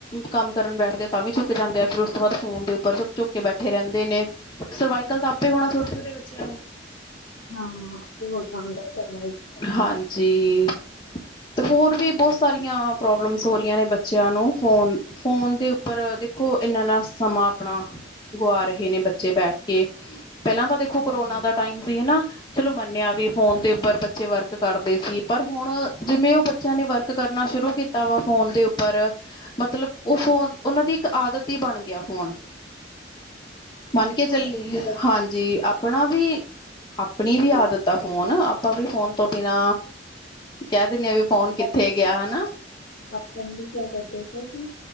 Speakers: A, on the left; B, on the left.
A: ਕੰਮ ਕਰਨ ਬੈਠਦੇ ਆ, ਤਾਂ ਵੀ ਚੁੱਕ ਜਾਂਦੇ ਆ, ਫਿਰ ਉਸ ਤੋਂ ਬਾਅਦ ਫੋਨ ਦੇ ਉੱਪਰ ਚੁੱਕ ਚੁੱਕ ਕੇ ਬੈਠੇ ਰਹਿੰਦੇ ਨੇ, ਸਰਵਾਈਕਲ ਤਾਂ ਆਪੇ ਹੋਣਾ ਛੋਟੇ-ਛੋਟੇ ਬੱਚਿਆਂ ਨੂੰ।
B: ਹਾਂ ਹੋ ਜਾਂਦਾ ਕਦੇ
A: ਹਾਂਜੀ ਤੇ ਹੋਰ ਵੀ ਬਹੁਤ ਸਾਰੀਆਂ ਪ੍ਰੋਬਲਮਸ ਹੋ ਰਹੀਆਂ ਨੇ ਬੱਚਿਆਂ ਨੂੰ। ਫੋਨ-ਫੋਨ ਦੇ ਉੱਪਰ ਦੇਖੋ, ਇੰਨਾ ਏਨਾ ਸਮਾਂ ਆਪਣਾ ਗੁਆ ਰਹੇ ਨੇ ਬੱਚੇ ਬੈਠ ਕੇ ਪਹਿਲਾਂ ਤਾਂ ਦੇਖੋ ਕਰੋਨਾ ਦਾ ਟਾਈਮ ਸੀ, ਹਨਾ ਚਲੋ ਮੰਨਿਆ ਵੀ ਫੋਨ ਦੇ ਉੱਪਰ ਬੱਚੇ ਵਰਕ ਕਰਦੇ ਸੀ, ਪਰ ਹੁਣ ਜਿਵੇਂ ਉਹ ਬੱਚਿਆਂ ਨੇ ਵਰਕ ਕਰਨਾ ਸ਼ੁਰੂ ਕੀਤਾ। ਫੋਨ ਦੇ ਉੱਪਰ ਮਤਲਬ ਉਹ ਫੋਨ ਉਹਨਾਂ ਦੀ ਇੱਕ ਆਦਤ ਹੀ ਬਣ ਗਿਆ ਫੋਨ ਮੰਨ ਕੇ ਚੱਲੀਏ ਹਾਂਜੀ। ਤੇ ਆਪਣਾ ਵੀ ਆਪਣੀ ਵੀ ਆਦਤ ਫੋਨ ਆਪਾਂ ਵੀ ਫੋਨ ਤੋਂ ਬਿਨਾ ਕਹਿ ਦਿੰਦੇ ਆ ਵੀ ਫੋਨ ਕਿੱਥੇ ਗਿਆ ਹਨਾ।
B: ਕਿਆ ਕਰਦੇੇ ਸੀ ਕਿ